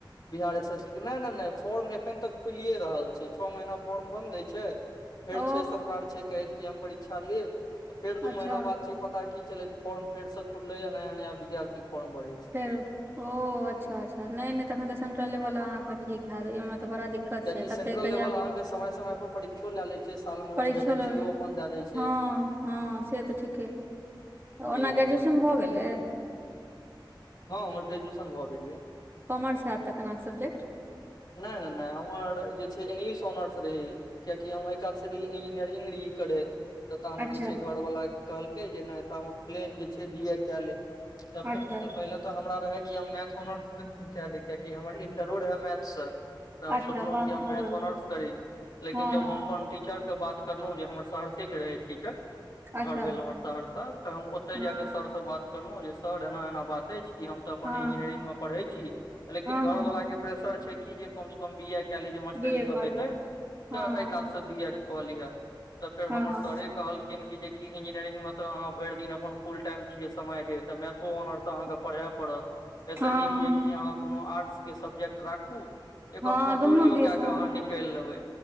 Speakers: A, on the left; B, on the right.
A: Bihar S S C के नहि नहि नहि फॉर्म एखन तक खुलिए रहल छै छः महीना फॉर्म बन्द होइ छै- फेर
B: ओ
A: छै सरकार छै कहैत कि हम परीक्षा लेब फेर दू
B: अच्छा
A: महीना बाद छै पता की चलैत फॉर्म फेर सऽ खुलै आ नया नया विद्यार्थी फाॅर्म भरे छै
B: फेरो ओ अच्छा अच्छा नहि नहि तखन ते सेंट्रल वला अहा के ठीक हयत ऐमे तऽ बड़ा दिक्कत
A: कियाकि
B: छै
A: सेंट्रल
B: कते कहिया
A: लेवल अहाँके समय समय पर परीक्षो लए ले छै साल मे ओ
B: परीक्षो
A: वैंकेसीयो
B: लगे
A: अपन दए दय छैय
B: हँ हँ से तऽ ठीके ओना
A: जी
B: ग्रेजुएशन
A: जी
B: भऽ गेलैय
A: हँ हमर ग्रेजुएशन भऽ गेल यऽ
B: कॉमर्स हयत तखन अहाँके सब्जेक्ट
A: नहि नहि नहि हमर जे छै इंग्लिश ऑनर्स रहै कियकि हम ओए कात से रही इंजीनियरिंग करैत तऽ तामे
B: अच्छा
A: जे छै घर वाला कहलकै जे नहि तमे प्लेन जे छै बी ए कऽ ले तऽ
B: अच्छा
A: पहिले ते हमरा रहे कि हम मैथ ऑनर्स कऽ केलै कियकि हमर इणटरो रहै मैथसँ तऽ हम
B: अच्छा
A: सोचलहुँं
B: वाह
A: कि हम
B: बहुत
A: मैथ
B: बढ़िआँ
A: ऑनर्स करी लेकिन
B: हँ
A: जब हम अपन टीचरके बात करलो जे हमर सहरसा के रहे टीचर घर
B: अच्छा
A: भैल हमर सहरसा हम ओते
B: हँ
A: जाय के सर से बात करलहुं जे सर एना एना बात तेछ हम तऽ अपन
B: हँ
A: इंजीनियरिंग मे पढ़ै छी लेकिन
B: हँ
A: घर
B: हँ
A: वलाा के प्रेसर छै कि हम बी ऐड कऽली मास्टरी
B: बी ए
A: सब
B: कऽ
A: हेतै
B: लिअ
A: तऽ
B: हँ
A: एहि कात सऽ बी एड कऽ लीहे तऽ फेर
B: हँ
A: हमर सरे कहलखिन कि जेकि इंजीनियरिंग मे तऽ आहाँ- भरि दिन अपन फुल टाइम छियै समय दे तऽ मैथो ऑनर्स अहाँके पढ़य पड़त एहिसँ
B: हँ
A: नीक यए
B: हँ
A: कि अहाँ कोनो आर्ट्सके सब्जेक्ट राखू जे कमसँ
B: हँ
A: कम
B: दुनू
A: चोरिओ
B: दिस
A: कए कऽ
B: हँ
A: अहाँ निकालि लेबै